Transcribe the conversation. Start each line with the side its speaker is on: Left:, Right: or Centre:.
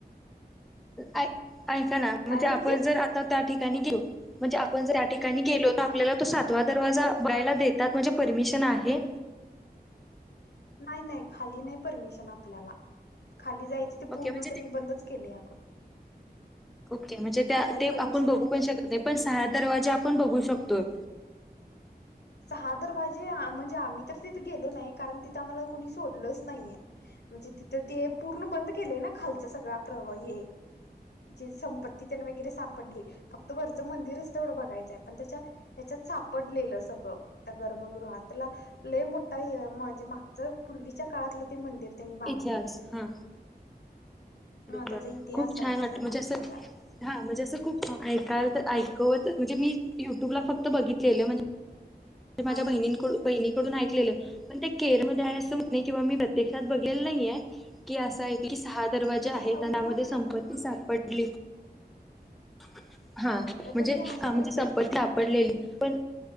Centre: ऐ ऐका ना म्हणजे
Left: म्हटलीस?
Centre: आपण जर आता त्या ठिक त्यांनी घेऊ म्हणजे आपण जरी आ ठिकाणी गेलो तर
Left: हा
Centre: आपल्याला तो सात तवा दरवाजा बघायला देतात म्हणजे परमिशन आहे?
Left: नाय ना खाली नाय परमिशन आपल्याला. खाली जायचे ते पूर्ण
Centre: ओके म्हणजे
Left: त्यांनी
Centre: ते,
Left: बंदच केले अगं
Centre: ओके म्हणजे त्या
Left: आपल्याला
Centre: ते
Left: परमिशन
Centre: आपण बघू
Left: नाही
Centre: पण
Left: आहे
Centre: शकत
Left: तिथे
Centre: नाही.
Left: जायची.
Centre: पण सहा दरवाजे आपण बघू शकतोय.
Left: सहा दरवाजे आ म्हणजे आम्ही तर तिथे गेलो नाही. कारण तिथं आम्हाला कोणी सोडलच नाहीये. म्हणजे तिथ ते पूर्ण बंद केलेय ना खालचा सगळा प्रव हे जी संपती तेन वगैरे सापडली. फक्त वर चं मंदिरच तेवढं बघायचं आहे पण त्याच्या त्याच्यात सापडलेलं स त्या गर्भगृहातला लय मोठा हे म्हणजे मागचं पूर्वीच्या काळातलं ते मंदिर त्यांनी बांधलेलं
Centre: इतिहास
Left: आहे
Centre: हा.
Left: हा
Centre: अर
Left: त्याचा इतिहास
Centre: खूप
Left: आहे
Centre: छान वाट
Left: त्या
Centre: म्हणजे
Left: मन
Centre: असं
Left: याचा
Centre: हा म्हणजे असं खूप ऐकायल, तर ऐक हो ते म्हणजे मी युट्यूबला फक्त बघितलेलं म्हणजे माझ्या
Left: हा
Centre: बहिणीनंकडू बहिणीकडून ऐकलेलं. पण ते केर मध्ये आहे असं होत नाही किंवा मी प्रत्यक्षात बघल नाहीये की असा सहा दरवाजे
Left: म्हणजे
Centre: आहेत
Left: साऊथ
Centre: अन् त्यामध्ये
Left: मध्ये
Centre: संपत्ती
Left: आहे
Centre: सापडली. <unintelligible> हा म्हणजे
Left: पण हे असं
Centre: हा म्हणजे
Left: घडलंय
Centre: संपत्ती
Left: तिथं
Centre: सापडलेली पण,